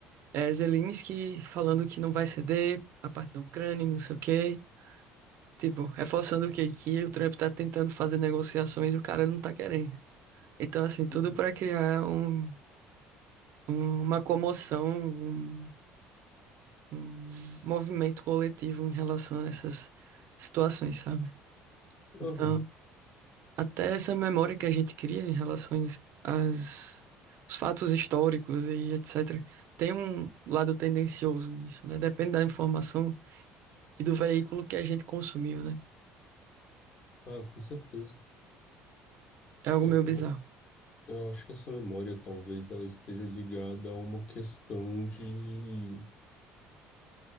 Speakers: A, on the right (about 55°); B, on the left (about 35°).
A: é Zelensky falando que não vai ceder a parte da Ucrânia, e não sei o quê. Tipo, reforçando o que, que o Trump tá tentando fazer negociações e o cara não tá querendo. Então, assim, tudo
B: Uhum.
A: para criar um, um- uma comoção, um, um movimento coletivo em relação a essas situações, sabe? Então,
B: Aham.
A: até essa memória que a gente cria em relação às, aos fatos históricos e etc., tem um lado tendencioso nisso, né? Depende da informação e do veículo que a gente consumiu, né?
B: Ah, com certeza.
A: É algo
B: É,
A: meio
B: eu,
A: bizarro.
B: eu acho que essa memória talvez ela esteja ligada a uma questão de